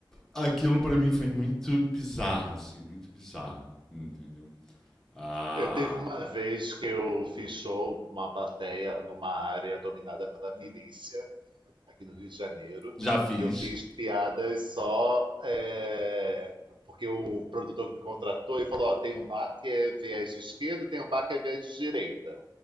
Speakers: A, in the centre; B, on the right.
A: aquilo para mim foi muito bizarro, assim, muito bizarro, entendeu? Ah,
B: Eu teve uma vez que eu fiz show com uma plateia numa área dominada pela milícia, aqui no Rio de Janeiro,
A: já fiz.
B: e eu fiz piadas só é, porque o produtor que me contratou e falou: Ó, tem um bar que é viés de esquerda, tem um bar que é viés de direita.